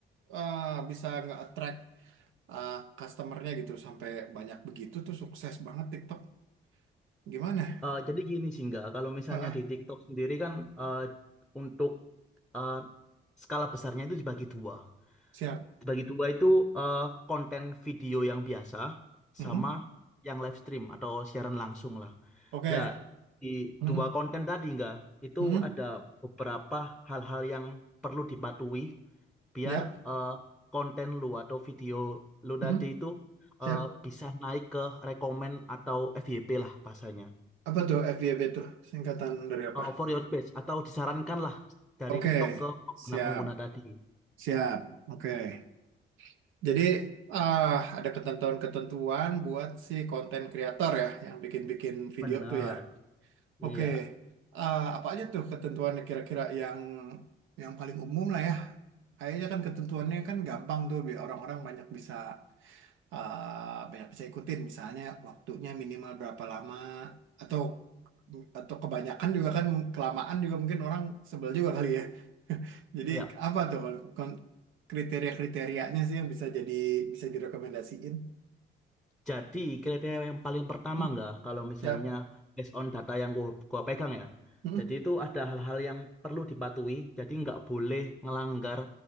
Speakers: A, on the right; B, in the centre.
A: eh bisa nggak attract eh, customer gitu sampai banyak begitu tuh sukses banget TikTok. Gimana?
B: eh jadi gini sih nggak, kalau misalnya
A: Ah, ah,
B: di TikTok sendiri kan eh, untuk eh, skala besarnya itu dibagi dua.
A: siap.
B: Dibagi dua itu eh, konten video yang biasa
A: Mm-mm.
B: sama yang live stream atau siaran langsung lah.
A: Oke.
B: Lah, di
A: Mm-mm.
B: dua konten tadi nggak, itu
A: Mm-mm.
B: ada beberapa hal-hal yang perlu dipatuhi biar
A: Ya.
B: eh, konten lu atau video lu
A: Mm-mm.
B: tadi itu
A: Siap.
B: eh, bisa naik ke rekomen atau FYP lah bahasanya.
A: Apa tuh FYB tuh? Singkatan dari apa?
B: eh, for your page atau disarankanlah dari
A: Oke,
B: TikTok ke pengguna-pengguna
A: siap,
B: tadi.
A: siap. Oke. Jadi ah ada ketentuan-ketentuan buat si konten kreator ya yang bikin-bikin video
B: Benar.
A: tuh ya.
B: Iya.
A: Oke. ah, apa aja tuh ketentuannya kira-kira yang yang paling umum lah ya? Kayaknya kan ketentuannya kan gampang tuh biar orang-orang banyak bisa eh banyak bisa ikutin misalnya waktunya minimal berapa lama atau atau kebanyakan juga kan mung- kelamaan juga mungkin orang sebel juga kali ya. Jadi
B: Iya.
A: apa tuh kon- kon- kriteria-kriterianya sih yang bisa jadi bisa direkomendasiin?
B: Jadi kriteria yang paling pertama
A: Hmm,
B: nggak kalau misalnya
A: siap.
B: based on data yang gua, gua pegang ya.
A: Hmm,
B: Jadi itu ada hal-hal yang perlu dipatuhi. Jadi nggak boleh ngelanggar